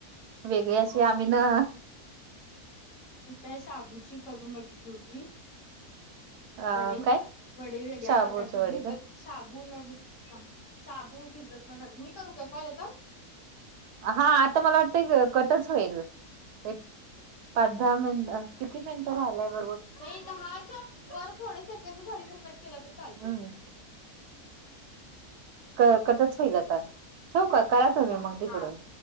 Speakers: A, on the right; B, on the left.
A: वेगळी
B: अ
A: अशी आम्ही ना.
B: त्या शाबूची करून बघितली होती.
A: अ
B: वडे
A: काय
B: वडे वेगळ्या
A: शाबूचे
B: प्रकारचे
A: वडे
B: भिजत.
A: का
B: शबू न भ शबू भिजत न घाल मी करू का कॉल आता.
A: हा आता मला वाटतंय कटच होईल एक पर्धा मिन. किती मिनिटंहिय.
B: नाही दहाच्या वर थोडे सेकंड झाले तर कट केला तर चालतो.
A: हम्म. क कटच होईल आता ठेव का करा तु
B: हा
A: म्ही मग तिकडून.
B: हा